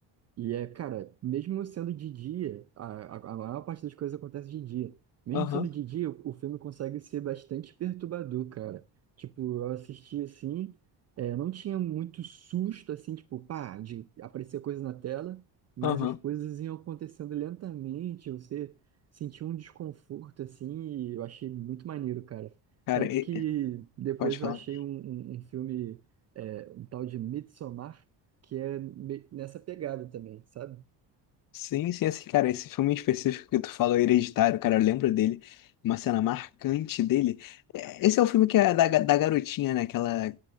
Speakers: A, on the right; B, on the left.
A: e é, cara, mesmo sendo de dia, a, a, a maior parte das coisas acontece de dia. Mesmo
B: Aham,
A: sendo de dia, o, o filme consegue ser bastante perturbador, cara. Tipo, eu assisti assim, é, não tinha muito susto, assim, tipo, pá, de aparecer coisa na tela, mas
B: aham.
A: as coisas iam acontecendo lentamente, você sentia um desconforto, assim, e eu achei muito maneiro, cara.
B: Cara,
A: Tanto
B: e-
A: que depois
B: pode falar.
A: eu achei um, um, um filme, é, um tal de Midsommar, que é me- nessa pegada também, sabe?
B: Sim, sim, esse cara, esse filme em específico que tu falou, Hereditário, cara, eu lembro dele, uma cena marcante dele. É, Esse é o filme que é da, da garotinha, né? Que ela,